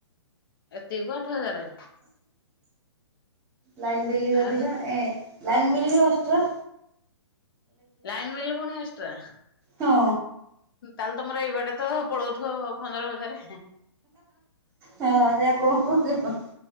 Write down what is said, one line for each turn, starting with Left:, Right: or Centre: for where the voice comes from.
Left: ଏତିକି କୁ ଆଠ ହଜାରେ।
Right: ଲାଇନ ବିଲ୍ ଅଧିକା।
Left: ଆ
Right: ଏଁ ଲାଇନ ବିଲ୍ ବି ଏଷ୍ଟ୍ରା।
Left: ଲାଇନ ବିଲ୍ ଫୁଣି ଏଷ୍ଟ୍ରା।
Right: ହଁ
Left: ତାହେଲେ ତମର ଏଇବାଟେ ତ ପଳଉଥିବ ପନ୍ଦର ହଜାରେ।
Right: ହଁ ଯା କହୁ -କହୁଚ।